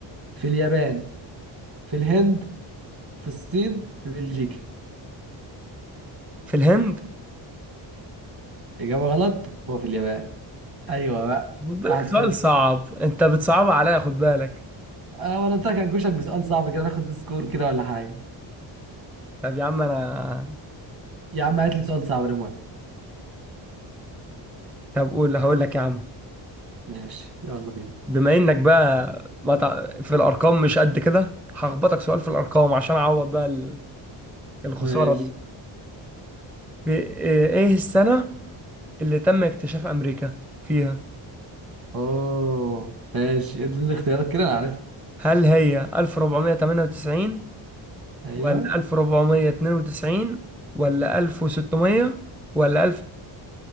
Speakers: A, on the right (about 50°); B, in the centre.
A: في اليابان في الهند في الصين في بلجيكا
B: في الهند
A: إجابة غلط هو في اليابان أيوة بقى
B: خد بالك
A: واحد
B: سؤال
A: صفر
B: صعب انت بتصعبها عليا خد بالك
A: أه وأنا قلت لك هنكشك بسؤال صعب كده ناخد سكور كده ولا حاجة
B: طب يا عم انا
A: يا عم هات لي سؤال صعب أنا موافق
B: طب قول هقول لك يا عم
A: ماشي يلا بينا
B: بما انك بقى ما تع- في الارقام مش قد كده هخبطك سؤال في الارقام عشان اعوض بقى الخسارة
A: ماشي
B: دي ب- آه، إيه السنة اللي تم اكتشاف أمريكا فيها
A: أوه ماشي ادي الاختيارات كده أنا عارف
B: هل هي 1498
A: أيوة
B: ولا 1492 ولا 1600 ولا